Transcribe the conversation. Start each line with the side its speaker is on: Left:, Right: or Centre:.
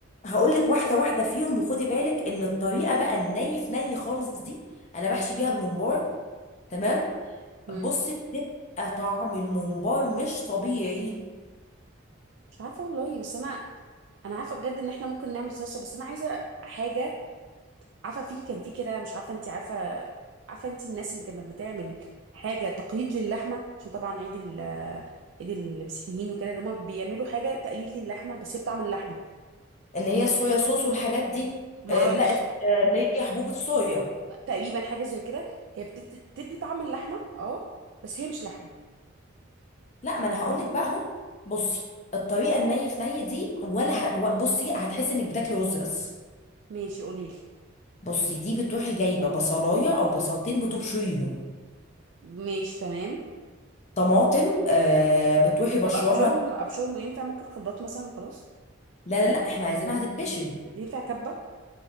Left: هقول لك واحده واحده فيهم وخدي بالك ان الطريقه بقى الني في ني خالص دي انا بحشي بيها الممبار تمام
Right: امم
Left: بص بتبقى طعم الممبار مش طبيعي
Right: مش عارفه والله بس انا انا عارفه بجد ان احنا ممكن نعمل صلصه بس انا عايزه حاجه عارفه في كان في كده مش عارفه انت عارفه عارفه انت الناس اللي كانت بتعمل حاجه تقليد للحمه عشان طبعا عيد ال عيد المسيحيين وكده اللي هما بيعملوا حاجه تقليد للحمه بس هي بطعم اللحمه
Left: اللي هي الصويا صوص والحاجات دي
Right: ما
Left: آه
Right: اعرفش
Left: لا آه، اللي هي حبوب الصويا
Right: تقريبا حاجه زي كده هي بتدي, بتدي طعم اللحمه اه بس هي مش لحمه
Left: لا ما انا هقول لك بقى اهو بصي الطريقه الني في ني دي ولا ه... و- بصي هتحسي انك بتاكلي رز بس
Right: ماشي قوليلي
Left: بصي دي بتروحي جايبه بصلايه او بصلتين بتبشريهم
Right: ماشي تمام
Left: طماطم آه بتروحي بشراها
Right: طب ابشرهم ابشرهم ينفع ممكن خلاط مثلا وخلاص
Left: لا لا لا احنا عايزينها هتتبشر
Right: ينفع كبه